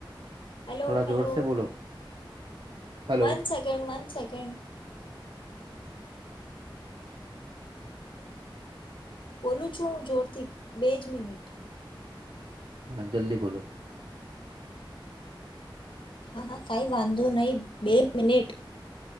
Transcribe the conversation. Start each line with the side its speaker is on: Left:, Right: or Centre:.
Left: hello
Right: થોડા
Left: હેલો
Right: જોર સે બોલો હલો
Left: વન સેકન્ડ સેકન્ડ બોલું છું હું જોરથી બેજ મિનિટ
Right: હા, જલ્દી બોલો.
Left: હા હા કાંઈ વાંધો નહી બે મિનિટ.